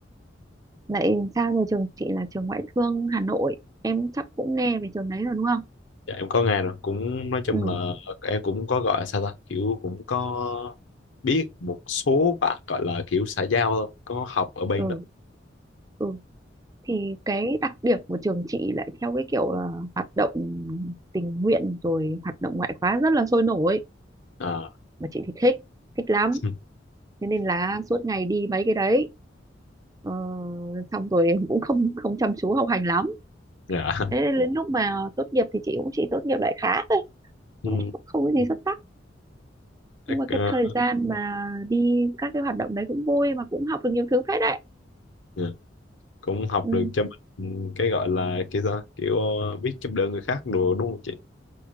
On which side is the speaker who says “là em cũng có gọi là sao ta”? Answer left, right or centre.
Left